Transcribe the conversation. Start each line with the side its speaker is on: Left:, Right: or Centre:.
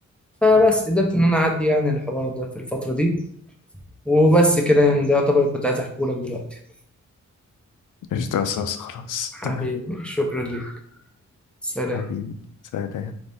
Centre: فبس قدرت ان انا اعدي يعني الحوار ده في الفترة دي وبس كده يعني ده يعتبر اللي كنت عايز احكيه لك دلوقتي
Left: قشطة يا أستاذ، خلاص
Centre: حبيبي
Left: تمام
Centre: شكرا ليك سلام
Left: حبيبي سلام